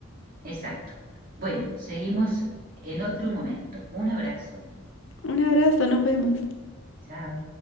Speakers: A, on the right; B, on the left.
A: exacto. Bueno, seguimos en otro momento. Un abrazo.
B: Un abrazo, nos vemos.
A: Chao.